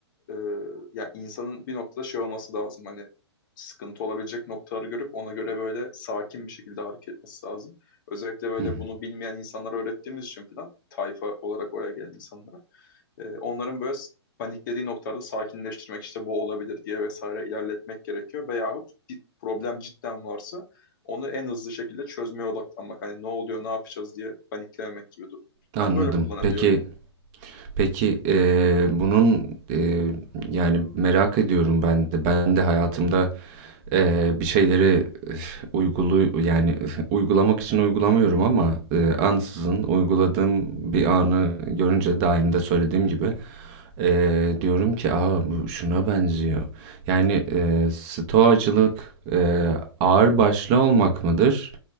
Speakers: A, on the left; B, on the right.
A: e, ya insanın bir noktada şey olması lazım. Hani sıkıntı olabilecek noktaları görüp ona göre böyle sakin bir şekilde hareket etmesi lazım. Özellikle böyle
B: Hı hı.
A: bunu bilmeyen insanlara öğrettiğimiz için falan tayfa olarak oraya gelen insanlara. E, onların böyle paniklediği noktalarda sakinleştirmek işte bu olabilir diye vesaire ilerletmek gerekiyor. Veyahut bir problem cidden varsa onu en hızlı şekilde çözmeye odaklanmak. Hani ne oluyor, ne yapacağız diye paniklememek gibi durumlar.
B: Anladım.
A: Ben böyle kullanabiliyorum.
B: Peki peki e, bunun e, yani merak ediyorum ben de. Ben de hayatımda e, bir şeyleri üf, uygulu yani üf, uygulamak için uygulamıyorum ama e, ansızın
A: Hı hı.
B: uyguladığım bir anı görünce daim de söylediğim gibi Eee, diyorum ki aa bu şuna benziyor. Yani eee stoacılık eee ağır başlı olmak mıdır?